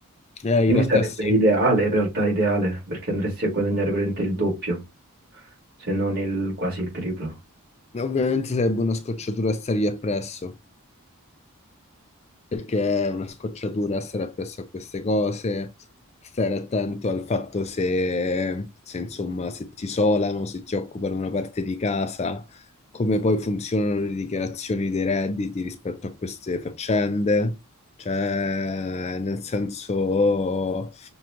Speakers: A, on the left; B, on the right.
A: Eh,
B: Quindi
A: in realtà
B: sarebbe
A: sì.
B: ideale, in realtà ideale, perché andresti a guadagnare praticamente il doppio, se non il- quasi il triplo.
A: Ovviamente sarebbe una scocciatura stare lì appresso. perché è una scocciatura stare appresso a queste cose, stare attento al fatto se, se, insomma, se ti isolano, se ti occupano una parte di casa, come poi funzionano le dichiarazioni dei redditi rispetto a queste faccende. Cioè, nel senso,